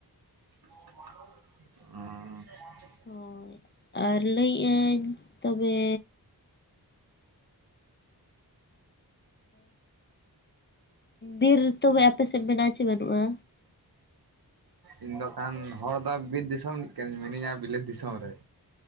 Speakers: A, on the right; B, on the left.
A: <unintelligible>
B: ᱦᱳᱭ ᱟᱨ ᱞᱟᱹᱭᱮᱫ ᱟᱹᱧ ᱛᱚᱵᱮ ᱵᱤᱨ ᱛᱚᱵᱮ ᱟᱯᱮ ᱥᱮᱫ ᱢᱮᱱᱟᱜᱼᱟ ᱪᱮ ᱵᱟᱹᱱᱩᱜᱼᱟ?
A: ᱤᱧ ᱫᱚᱠᱷᱟᱱ ᱦᱚᱲ ᱫᱚ ᱵᱤᱨ ᱫᱤᱥᱚᱢ ᱨᱤᱱᱤᱡ ᱠᱟᱹᱱᱤᱧ ᱢᱤᱱᱟᱹᱧᱟ ᱵᱤᱞᱟᱹᱛ ᱫᱤᱥᱚᱢ ᱨᱮ